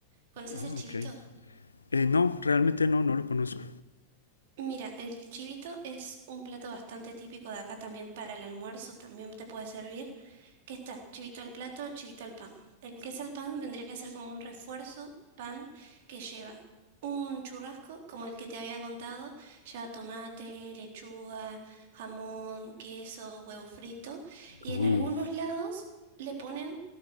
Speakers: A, on the right; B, on the left.
A: ¿Conoces
B: ah,
A: el chivito?
B: ok. Eh, no, realmente no, no lo conozco.
A: Mira, el chivito es un plato bastante típico de acá también para el almuerzo, también te puede servir. ¿Qué está? Chivito al plato, chivito al pan. El queso al pan vendría a ser como un refuerzo pan que lleva un churrasco, como el que te había contado, lleva tomate, lechuga, jamón, queso, huevo frito, y
B: Uh,
A: en algunos lados le ponen